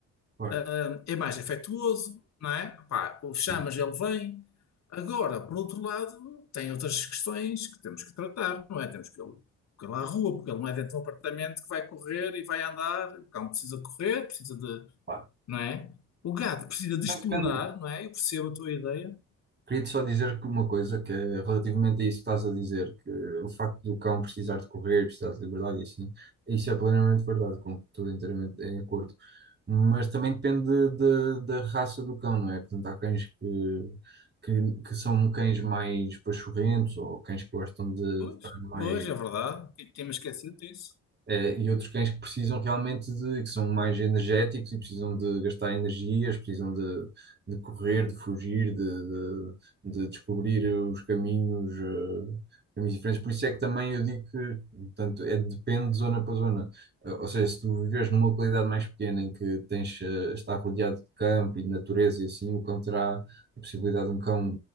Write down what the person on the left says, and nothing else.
hum, é mais afetuoso, não é? Pá, o chamas,
ele vem. Agora, por outro lado, tem outras questões que temos que tratar, não é? Temos que ele, que ele à rua, porque ele não é dentro de um apartamento que vai correr e vai andar. O cão precisa correr, precisa de,
não é? O gato precisa de
explorar,
não é? Eu percebo a tua ideia.
Pois,
pois, é verdade. T- Temos esquecido disso.